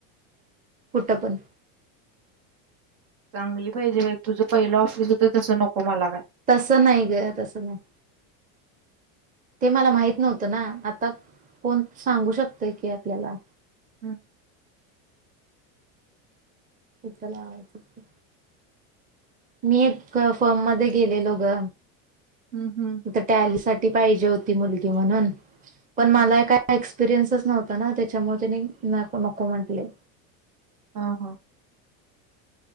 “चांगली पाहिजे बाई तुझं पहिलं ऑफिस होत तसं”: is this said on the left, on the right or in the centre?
Right